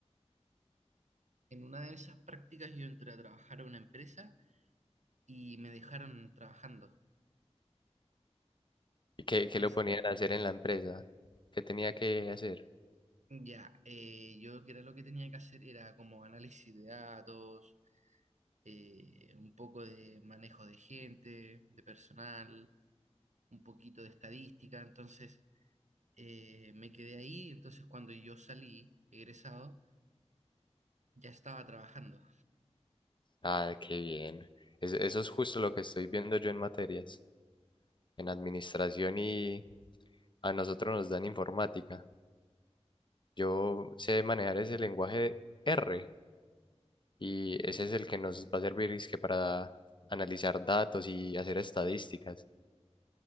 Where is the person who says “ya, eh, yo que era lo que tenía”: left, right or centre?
Right